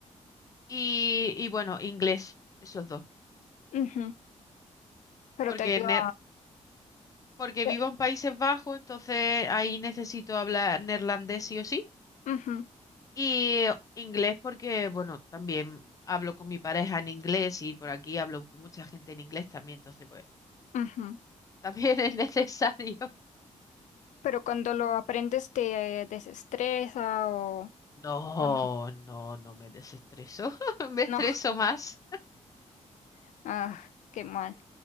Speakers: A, on the left (about 30°); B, on the left (about 85°).
A: Y, y bueno, inglés, esos dos.
B: Ujú, Pero
A: Porque,
B: te ayuda.
A: ne- porque
B: te-
A: vivo en Países Bajos, entonces ahí necesito hablar neerlandés sí o sí.
B: ujú,
A: Y inglés porque, bueno, también hablo con mi pareja en inglés y por aquí hablo con mucha gente en inglés también, entonces pues <laughs>
B: ujú.
A: también es necesario.
B: Pero cuando lo aprendes te desestresa o,
A: No,
B: o no.
A: no, no me desestreso, <laughs> me estreso
B: No,
A: más.
B: <laughs> ah, qué mal.